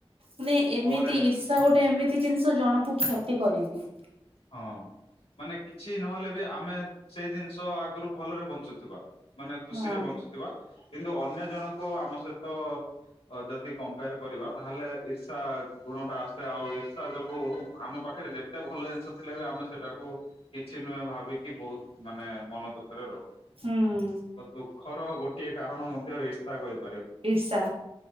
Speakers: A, on the right; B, on the left.
A: ମାନେ ଏମିତି
B: ପରେ
A: ଇର୍ଷା ଗୋଟେ ଏମିତି ଜିନିଷ ଜଣକୁ କ୍ଷତି କରେଇ ଦିଏ।
B: ହଁ ମାନେ କିଛି ନହେଲେ ବି ଆମେ ସେଇ ଜିନିଷ ଆଗରୁ ଭଲରେ ବଞ୍ଚୁଥିବା। ମାନେ ଖୁସିରେ
A: ହଁ
B: ବଞ୍ଚୁଥିବା, କିନ୍ତୁ ଅନ୍ୟ ଜଣଙ୍କୁ ଆମ ସହିତ ଅ ଯଦି କମ୍ପେୟାର କରିବା, ତାହେଲେ ଈର୍ଷା ଗୁଣ ଟା ଆସେ ଆଉ ଇର୍ଷା ଯୋଗୁ ଆମ ପାଖରେ ଯେ ତେ ଭଲ ଜିନିଷ। ଥିଲେ ବି ଆମେ ସେଟାକୁ କିଛି ନୁହେଁ ଭାବିକି ବହୁତ ମାନେ ମନ ଦୁଃଖରେ ରହୁ।
A: ହୁଁ।
B: ଦୁଃଖର ଗୋଟିଏ କାରଣ ମଧ୍ୟ ଈର୍ଷା କହି
A: ଇର୍ଷା